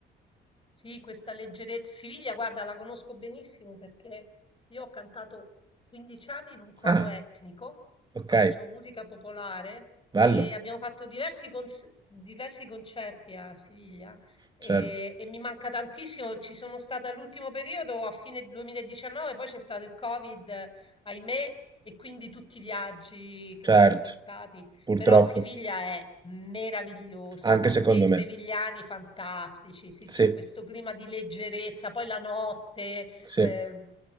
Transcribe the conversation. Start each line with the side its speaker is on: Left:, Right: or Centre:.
Left: Sì, questa leggerezza. Siviglia, guarda, la conosco benissimo perché io ho cantato 15 anni in un coro
Right: Ah,
Left: etnico,
Right: ok,
Left: facevo musica popolare
Right: bello,
Left: e abbiamo fatto diversi, cons- diversi concerti a Siviglia e,
Right: certo,
Left: e mi manca tantissimo. Ci sono stata l'ultimo periodo a fine 2019, poi c'è stato il Covid, eh, ahimè, e quindi tutti i viaggi che
Right: certo,
Left: sono saltati.
Right: purtroppo,
Left: Però Siviglia è meravigliosa.
Right: anche secondo
Left: e i
Right: me.
Left: sevigliani fantastici, sì,
Right: Sì,
Left: c'è questo clima di leggerezza, poi la notte,
Right: sì,
Left: eh,